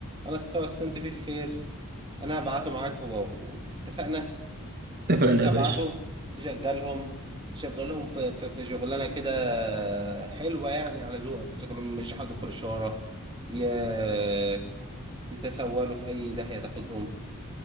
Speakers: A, on the right (about 20°); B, on the right (about 45°).
A: انا استوسمت فيه خير انا هبعته معاك هو واخوه اتفقنا
B: اتفقنا
A: تبعته
B: يا باشا
A: تشغلهم تشغلهم في في, في شغلانه كده حلوه يعني على ذوقك تشغلهم مش يحطوا في اشاره ي- يتسولوا في اي داهيه تاخدهم